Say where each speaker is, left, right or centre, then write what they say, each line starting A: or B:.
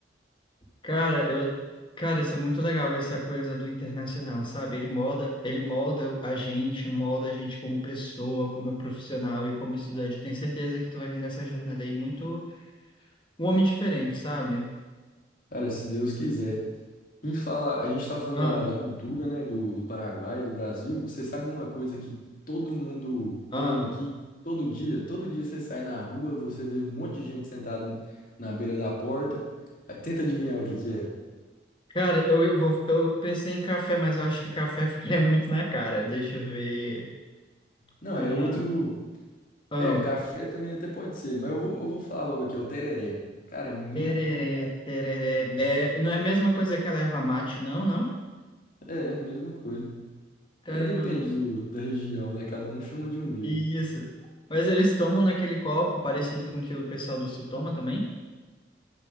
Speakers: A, on the left; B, on the left.
A: Cara, eu, cara, isso é muito legal, essa coisa do internacional, sabe? Ele molda, ele molda a gente, molda a gente como pessoa, como profissional e como estudante. Eu Tenho certeza que tu vai vir nessa jornada aí muito um homem diferente, sabe?
B: Cara, se Deus quiser. Em falar, a gente tá falando
A: Ah,
B: da, da cultura, né, do, do Paraguai, do Brasil. Você sabe uma coisa que todo mundo
A: ah.
B: toma aqui todo dia? Todo dia você sai na rua, você vê um monte de gente sentada na beira da porta. Aí, Tenta adivinhar o que que é.
A: Cara, eu, eu vou, eu pensei em café, mas eu acho que café <laughs> ficaria muito na cara. Deixa eu ver.
B: Não,
A: Ah,
B: é outro.
A: ah,
B: É, café também até pode ser, mas eu vou, eu vou falar logo aqui, é o tereré. Cara, é muito
A: tereré, tereré.
B: isso.
A: É, não é a mesma coisa que a erva mate, não, não?
B: É, mesma coisa.
A: Caramba.
B: É, depende do, da região, né? Cada um chama de um jeito.
A: Isso. Mas eles tomam naquele copo parecido com o que o pessoal do Sul toma também?